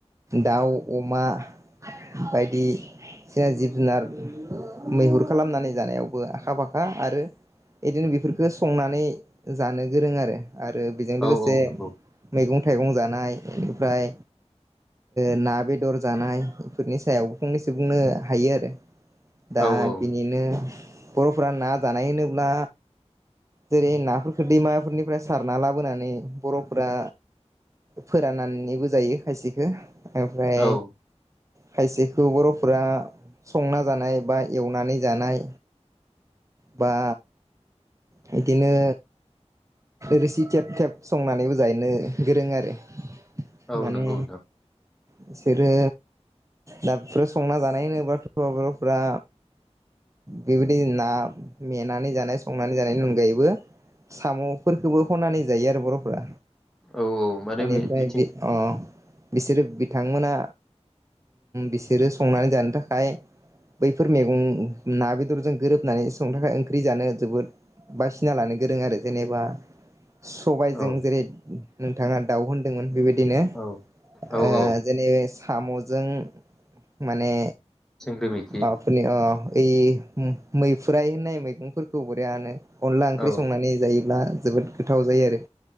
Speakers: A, on the right; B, in the centre.
A: दाउ अमा बायदिसिना जिब जुनार मैहुर खालामनानै जानायावबो आखा फाखा आरो बिदिनो बेफोरखो संनानै जानो गोरों आरो आरो बेजों लोगोसे
B: औ औ नंगौ
A: मैगं थाइगं जानाय <inaudible> ओमफ्राय ना बेदर जानाय बेफोरनि सायावबो फंनैसो बुंनो हायो आरो। दा
B: औ औ
A: बिनिनो बर'फोरा ना जानाय होनोब्ला जेरै नाफोरखौ दैमाफोरनिफ्राय सारना लाबोनानै बर'फोरा फोराननानै नैबो जायो खायसेखौ ओमफ्राय
B: औ
A: खायसेखौ बर'फोरा संना जानाय बा एवनानै जानाय बा बिदिनो रोसि थेब थेब संनानैबो जानो गोरों आरो
B: औ
A: माने
B: नंगौ नोंथां
A: बिसोरो दाबफोर संना जानायनो होमबाथ' बर'फोरा बेबायदि ना, मेनानै जानाय संनानै जानायनि अनगायैबो साम'फोरखौबो खनानै जायो आरो बर'फ्रा
B: औ औ माने
A: एनिफ्राय
B: मिथिं
A: बि अ बिसोरो बिथांमोना बिसोरो संनानै जानो थाखाय बैफोर मैगं ना बेदरजों गोरोबनानै संनो ओंख्रि जानो जोबोद बासिना लानो गोरों आरो जेनेबा सबायजों
B: औ
A: जेरै नोंथाङा दाउ होनदोंमोन बेबायदि बिदिनो ओ
B: औ औ औ
A: जेने साम'जों माने
B: सिंग्रि मैखि
A: <unintelligible> अ ओइ मैफ्रुराय होननाय मैगंफोरखौ बरियानो अनला ओंख्रि
B: औ
A: संनानै जायोब्ला जोबोद गोथाव जायो आरो